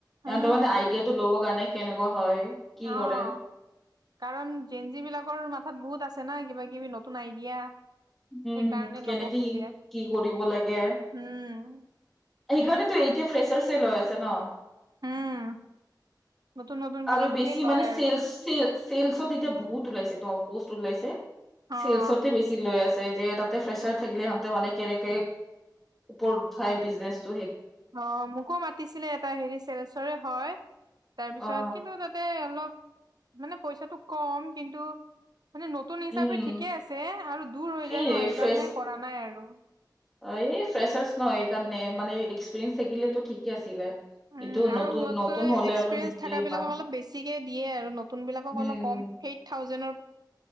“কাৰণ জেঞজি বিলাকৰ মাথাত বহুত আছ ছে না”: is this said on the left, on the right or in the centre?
Right